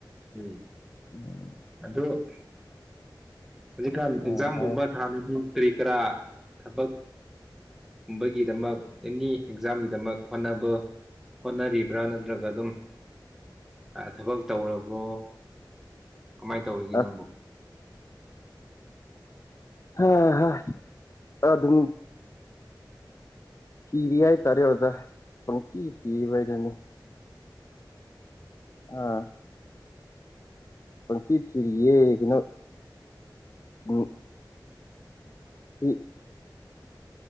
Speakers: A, in the centre; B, on the left.
A: ꯎꯝ
B: ꯎꯝ
A: ꯑꯗꯨꯗ ꯍꯧꯖꯤꯛꯀꯥꯟ
B: ꯑꯥ
A: ꯑꯦꯛꯖꯥꯝꯒꯨꯝꯕ
B: ꯍꯥꯏꯌꯣ
A: ꯊꯥꯅꯒꯤ ꯀꯔꯤ ꯀꯔꯥ ꯊꯕꯛꯀꯨꯝꯕꯒꯤꯗꯃꯛ ꯑꯦꯅꯤ ꯑꯦꯛꯖꯥꯝꯒꯤꯗꯃꯛ ꯍꯣꯠꯅꯕ ꯍꯣꯠꯅꯔꯤꯕ꯭ꯔꯥ ꯅꯠꯇ꯭ꯔꯒ ꯑꯗꯨꯝ ꯊꯕꯛ ꯇꯧꯔꯕ꯭ꯔꯣ ꯀꯃꯥꯏꯅ ꯇꯧꯔꯤꯒꯦ
B: ꯑꯁ
A: ꯅꯪꯕꯨ
B: ꯍꯥ ꯍꯥ ꯑꯗꯨꯝ ꯊꯤꯔꯤ ꯍꯥꯏ ꯇꯔꯦ ꯑꯣꯖꯥ ꯄꯪꯊꯤ ꯊꯤꯕꯍꯥꯢꯗꯨꯅꯤ ꯑꯥ ꯄꯪꯊꯤ ꯊꯔꯤꯌꯦ ꯏꯩꯅ ꯎ ꯍ